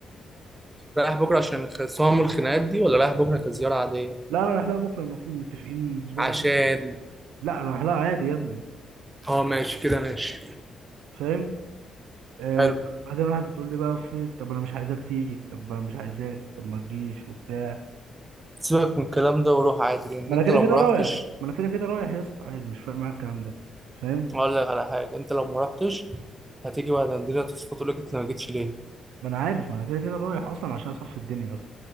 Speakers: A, on the right; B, on the right.
A: رايح بكره عشان الخصام والخناقات دي ولا رايح بكره كزياره عاديه
B: لا انا رايح لها بكره المفروض متفقين من الاسبوع
A: عشان
B: اللي فات لا رايح لها عادي يا ابني
A: اه ماشي كده ماشي
B: فاهم آه
A: حلو
B: بعدين راحت بتقول لي بقى في طب انا مش عايزاك تيجي طب انا مش عايزاك طب ما تجيش وبتاع
A: سيبك من الكلام ده وروح عادي لان
B: ما
A: انت
B: انا كده
A: لو
B: كده
A: ما
B: رايح
A: رحتش
B: ما انا كده كده رايح يا اسطى عادي مش فارق معايا الكلام ده فاهم
A: هقول لك على حاجه انت لو ما رحتش هتيجي بعد الدنيا تصفى تقول لك انت ما جيتش ليه
B: ما انا عارف ما انا كده كده رايح اصلا عشان اصفي الدنيا يا اسطى